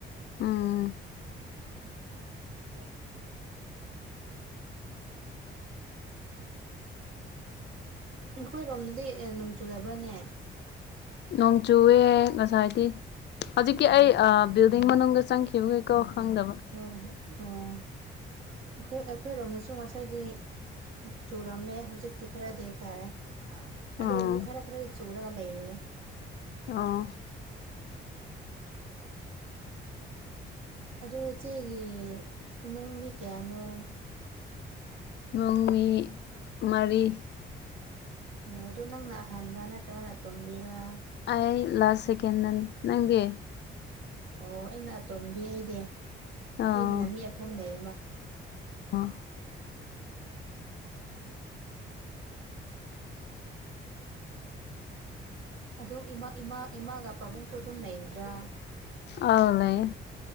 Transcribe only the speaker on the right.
ꯍꯥ <unintelligible> ꯅꯥꯈꯣꯏ ꯔꯣꯝꯗꯗꯤ ꯅꯣꯡ ꯆꯨꯗꯥꯕ꯭ꯔꯥꯅꯦ
ꯑꯣ
ꯍꯣꯏ ꯑꯣ ꯑꯩꯈꯣꯏ ꯑꯩꯈꯣꯏꯔꯣꯝꯗꯁꯨ ꯉꯁꯥꯏꯗꯤ ꯆꯨꯔꯝꯃꯦ ꯍꯧꯖꯤꯛꯇꯤ ꯈ꯭ꯔꯗꯤ ꯐꯥꯔꯦ
ꯑꯗꯨ ꯑꯣꯏꯖꯨ ꯈꯔ ꯈꯔꯗꯤ ꯆꯨꯔꯥꯒ ꯂꯩꯔꯤꯌꯦ
ꯍꯧꯖꯤ ꯀ ꯂꯩꯥꯏ ꯑꯣ ꯏꯆꯦꯒꯤ ꯏꯃꯨꯡ ꯃꯤ ꯀꯌꯥꯅꯣ
ꯑꯣ ꯑꯗꯨꯗꯣ ꯅꯪꯅ ꯑꯍꯥꯟꯕꯗ ꯅꯠꯇ꯭ꯔꯒꯅ ꯇꯣꯝꯕꯤꯔ
ꯑꯣ ꯑꯩꯅ ꯑꯥꯇꯣꯝꯕꯤ ꯑꯩꯗꯤ
ꯑꯩꯒꯤꯅ ꯃꯤ ꯑꯍꯨꯝ ꯂꯩꯌꯦꯕꯥ
ꯑꯗꯨ ꯏꯃꯥ ꯏꯃꯥ ꯏꯃꯥꯒ ꯄꯥꯕꯨꯡꯁꯨ ꯑꯗꯨꯝ ꯂꯩꯕ꯭ꯔꯥ